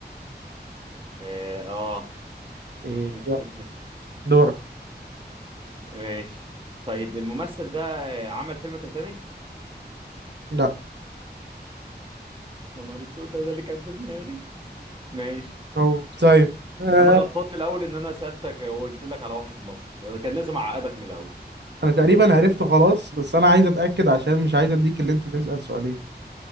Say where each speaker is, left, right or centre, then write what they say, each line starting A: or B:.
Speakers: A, on the right (about 30°); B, on the right (about 75°).
A: اه آه.
B: ايه
A: <laughs>
B: يلا دورك
A: ماشي طيب الممثل ده آه، عمل فيلم تايتانيك
B: لا
A: يا نهار اسود ده اللي كان في دماغي ماشي
B: هو طيب آه
A: انا غلطان من الاول ان انا سالتك وقلت لك على واحد مصري انا كان لازم اعقدك من الاول
B: انا تقريبا عرفته خلاص بس انا عايز اتاكد عشان مش عايز اديك اللي انت تسال سؤالين